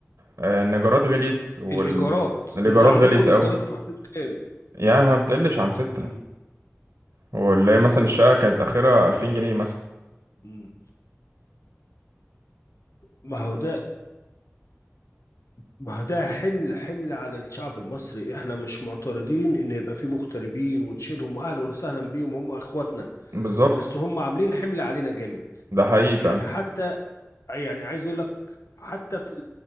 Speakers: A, on the right; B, on the left.
A: آه، إن الإيجارات غليت والإيجارات
B: الايجارات انت عندكم
A: غليت
B: الايجارات
A: قوي
B: في حدود كام
A: يعني
B: مم.
A: ما بتقلش عن ستة
B: مم.
A: واللي هي مثلا الشقة كانت آخرها ألفين جنيه مثلا
B: مم. ما هو ده ما هو ده حمل حمل على الشعب المصري احنا مش معترضين ان يبقى في مغتربين ونشيلهم اهلا وسهلا بيهم هم اخواتنا
A: بالظبط
B: بس هم عاملين حمل علينا جامد
A: ده حقيقي فعلا
B: يعني حتى يعني عايز اقول لك حتى في